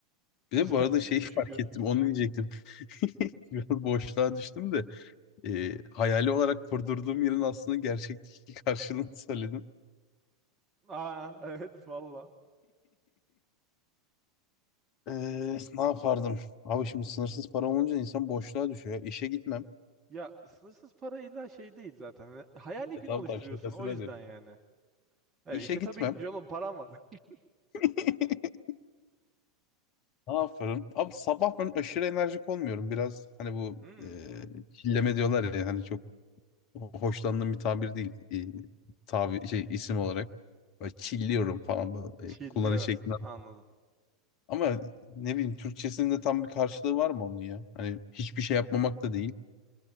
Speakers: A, on the right; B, on the left.
A: <laughs> Güzel.
B: Bir de bu arada şeyi
A: Şükür.
B: <laughs> fark ettim. Onu diyecektim. <laughs> Biraz boşluğa düştüm de. ee, hayali olarak kurdurduğum yerin aslında gerçekteki <laughs> karşılığını söyledim.
A: Aa evet valla.
B: Ee, ne yapardım? Abi şimdi sınırsız param olunca insan boşluğa düşüyor. ya. İşe gitmem.
A: Ya sınırsız para illa şey değil zaten. Hani hayali
B: E
A: gün
B: tamam
A: oluşturuyorsun
B: tamam şakasına
A: o yüzden
B: diyorum.
A: yani. İşte
B: İşe
A: işte
B: gitmem.
A: tabii gitmiş oğlum param var. <laughs>
B: <laughs> Ne yaparım? Abi sabah ben aşırı enerjik olmuyorum. Biraz hani bu
A: Hmm.
B: e, çilleme diyorlar ya hani çok hoşlandığım bir tabir değil. E, tabi şey isim olarak. Böyle çilliyorum falan böyle
A: Chilliyorsun.
B: e, kullanış şeklinden.
A: Anladım.
B: Ama ne bileyim Türkçesinde tam bir karşılığı var mı onun ya? Hani hiçbir şey yapmamak da değil.